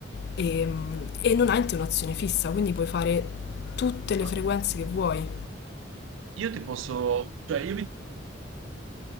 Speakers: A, on the left; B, on the right.
A: e, e non hai un'azione fissa, quindi puoi fare tutte le
B: Ah,
A: frequenze che vuoi.
B: Io ti posso, cioè io vi